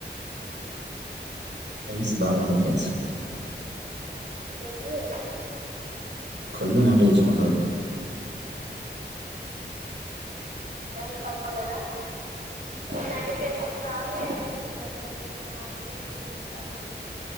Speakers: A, on the right (about 75°); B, on the right (about 50°).
A: ఐస్ బావుందా ఫ్రెండ్స్
B: ఏంటి
A: కళ్ళు మండచ్చిన బాగా
B: నైట్ పడకోలేదా నైట్ ఎన్ని సార్లు మెల్కున అసలు ఆ